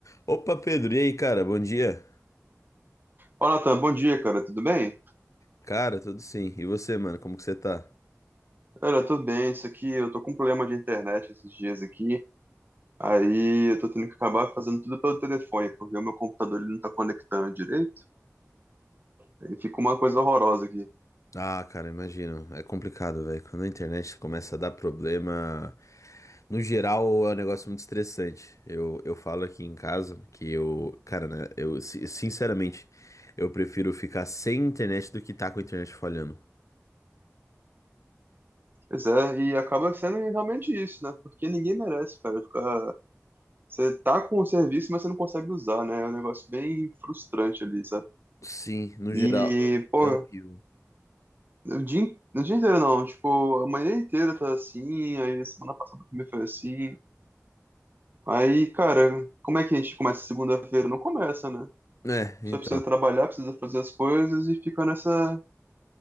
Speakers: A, on the left (about 70°); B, on the right (about 40°).
A: Opa, Pedro, e aí, cara? Bom dia.
B: Olá, Natan, bom dia, cara. Tudo bem?
A: Cara, tudo sim. E você, mano, como que você tá?
B: Olha, tudo bem. Isso aqui, eu tô com um problema de internet esses dias aqui. Aí eu tô tendo que acabar fazendo tudo pelo telefone, porque o meu computador ele não tá conectando direito. Aí fica uma coisa horrorosa aqui.
A: Ah, cara, imagino. É complicado, velho. Quando a internet começa a dar problema, no geral é um negócio muito estressante. Eu, eu falo aqui em casa que eu, cara, né, eu si- sinceramente, eu prefiro ficar sem internet do que tá com a internet falhando.
B: Pois é, e acaba sendo realmente isso, né? Porque ninguém merece, cara, ficar... Você tá com o serviço, mas você não consegue usar, né? É um negócio bem frustrante ali, sabe?
A: Sim, no geral
B: E, pô,
A: é horrível.
B: o dia, in- o dia inteiro não. Tipo, a manhã inteira tá assim, aí semana passada também foi assim. Aí, cara, como é que a gente começa segunda-feira? Não começa, né?
A: É, então.
B: Só precisa trabalhar, precisa fazer as coisas e fica nessa,